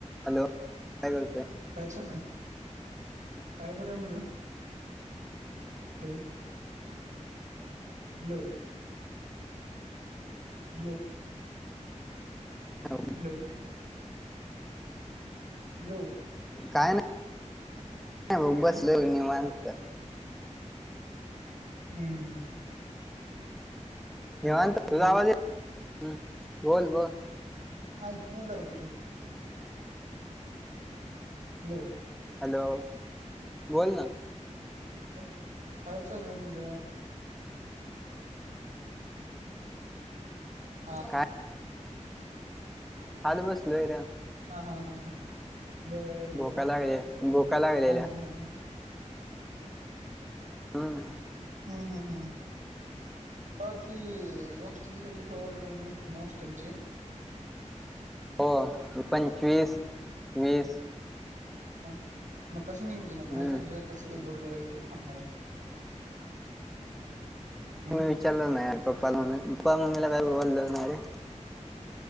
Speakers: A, in the centre; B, on the right.
A: Hello काय करतंय
B: काय चालय काय कय म्हलं हॅो हॅलो हॅलो
A: हो
B: हॅलो हॅलो
A: काय नाही बसले
B: हम्म,
A: नि मानत
B: हम्म हम
A: हेवानत तुझा
B: हॅलो.
A: आवाज आहे बोल बोल
B: आऐकूनल हो तुझ नऊ
A: हॅलो बोल ना
B: काय काय चालूय म्हणत ह
A: काय हाल बसलो आहेर्या
B: हा हा हा बर
A: भोका लागले भोका लागलेल्या
B: बर हा ह
A: हम्म
B: हम्म हम् हम् पररतीी हॉस्टेल ची कधी फ्लोअर म्हणते ना हॉस्टेल ची
A: हो पंचवीस वीस
B: हा मग कस नाहीयोजन
A: हम्म
B: बाहेर जाणार आहे कसं बो थांबणार आहे हं?
A: मी विचारल नाही पप्पाला म्मी पप्पा म्मीला काय बोललोणारे